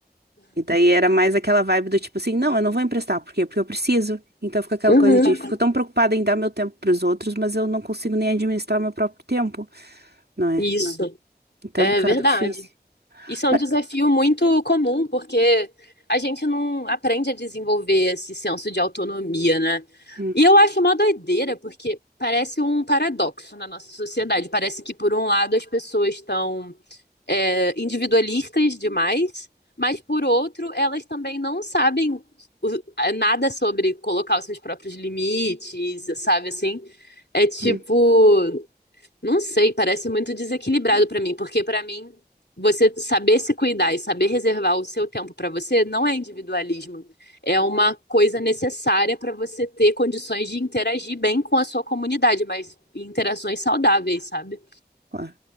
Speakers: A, on the right; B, on the left.
A: E daí era mais aquela vibe do tipo assim, não, eu não vou emprestar, por quê? Porque eu preciso. Então fica aquela
B: Uhum.
A: coisa de, fico tão preocupada em dar meu tempo pros outros, mas eu não consigo nem administrar meu próprio tempo, não é?
B: Isso,
A: Então
B: é
A: é um bocado
B: verdade.
A: difícil.
B: Isso é
A: Mas,
B: um desafio muito comum, porque a gente não aprende a desenvolver esse senso de autonomia, né?
A: hum,
B: E eu acho uma doideira, porque parece um paradoxo na nossa sociedade. Parece que, por um lado, as pessoas estão, é, individualistas demais, mas, por outro, elas também não sabem o- é, nada sobre colocar os seus próprios limites, sabe assim? É tipo,
A: hum,
B: Não sei, parece muito desequilibrado pra mim, porque pra mim você saber se cuidar e saber reservar o seu tempo pra você não é individualismo, é uma coisa necessária pra você ter condições de interagir bem com a sua comunidade, mas em interações saudáveis, sabe?
A: claro.